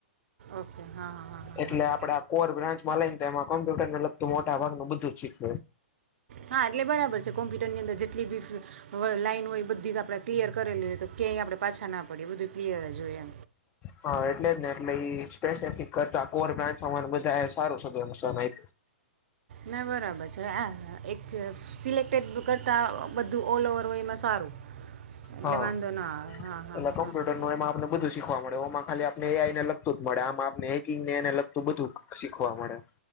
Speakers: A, on the right; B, on the left.
A: ઓકે હા હા હા હા
B: એટલે
A: હા
B: આપડા કોર બ્રાન્ચ માં લઈને એમાં કોમ્પ્યુટર ને લગતું મોટા ભાગનું બધું જ શીખ
A: હા એટલે બરાબર છે કોમ્પ્યુટર ની અંદર જેટલી બી લાઈન હોય બધી જ ક્લિય કરેલું હોય તો ક્યાય આપણે પાછા ના પડી બધું કલીયર જ હોય.
B: હા એટલે જ ને એટલે સ્પેસફિક કરતા કોર બ્રાન્ચ બધા સારું છે.
A: ના બરાબર છે. તો હ એક સિલેક્ટટેડ કરતાં બધું ઓલ ઓવર હોય એમાં સારું. એટલે
B: હા
A: વાંધો ના આવે હા હા
B: એટલે
A: હા
B: કોમ્પ્યુટર
A: હા હા
B: ન એમાં આપને બધું શીખવા મળેમાં ખાલી આપ લગતું જ મળે આમ આપને હિંગ ને એને લગતું બધું શીખવા મળે.